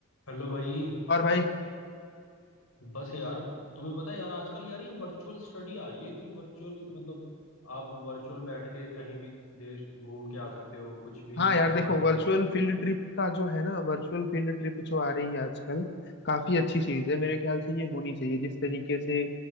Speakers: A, on the left; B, on the left.
A: Hello भाई
B: और भाई
A: बस यार तुम्हें पता है यार आजकल यार ये वर्चुअल स्टडी आ रही है कोई वर्चुअल मतलब आप वर्चुअल बैठ के कहीं भी देश घूम के आ सकते हो कुछ भी
B: हाँ
A: किसी
B: यार
A: के
B: देखो
A: बारे में
B: वर्चुअल
A: सोच
B: फील्ड ट्रिप का जो है ना वर्चुअल फील्ड ट्रिप जो आ रही है आजकल काफी अच्छी चीज है मेरे ख्याल से ये होनी चाहिए जिस तरीके से